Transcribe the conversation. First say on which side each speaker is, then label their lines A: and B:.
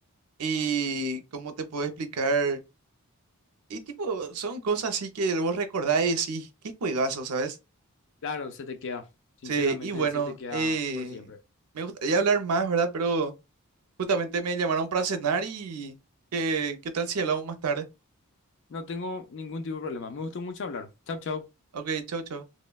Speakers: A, on the right (about 80°); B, on the left (about 55°).
A: y cómo te puedo explicar, y tipo, son cosas así que vos recordás y decís, qué juegazo, ¿sabes?
B: Claro, se te queda, sinceramente,
A: Sí, y bueno,
B: se te queda
A: eh,
B: por siempre.
A: me gustaría hablar más, ¿verdad? Pero justamente me llamaron para cenar y ¿qué, qué tal si hablamos más tarde?
B: No tengo ningún tipo de problema. Me gustó mucho hablar. Chau, chau.
A: Ok, chau, chau.